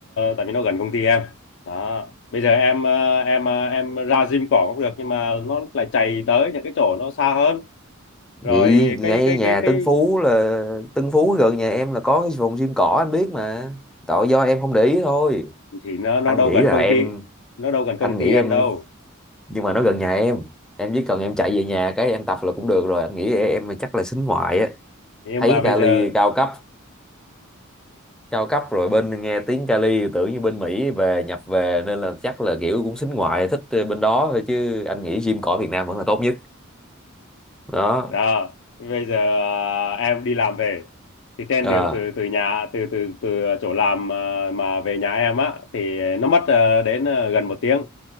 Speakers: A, on the left (about 60°); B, in the centre.
A: tại vì nó gần công ty em. Đó. Bây giờ em ờ, em ờ, em ra gym cỏ cũng được nhưng mà nó lại chạy tới những cái chỗ nó xa hơn.
B: vậy
A: Rồi
B: ngay
A: cái cái
B: nhà
A: cái cái
B: Tân Phú là Tân Phú gần nhà em là có cái phòng gym cỏ anh biết mà tội do em không để ý thôi
A: thì nó nó
B: anh
A: đâu
B: nghĩ
A: gần
B: là
A: công
B: em
A: ty, nó đâu gần
B: anh
A: công ty
B: nghĩ
A: em
B: em
A: đâu.
B: nhưng mà nó gần nhà em em chỉ cần em chạy về nhà cái em tập là cũng được rồi anh nghĩ em chắc là xính ngoại á
A: Nhưng
B: thấy
A: mà bây
B: kali
A: giờ
B: cao cấp cao cấp rồi bên nghe tiếng Cali tưởng như bên Mỹ về nhập về nên là chắc là kiểu cũng xính ngoại thích ờ, bên đó thôi chứ anh nghĩ gym cỏ Việt Nam vẫn là tốt nhất đó
A: Đó. Bây giờ à, em đi làm về thì trên
B: Ờ,
A: đường từ từ nhà từ từ từ chỗ làm à, mà về nhà em á thì nó mất à, đến à, gần một tiếng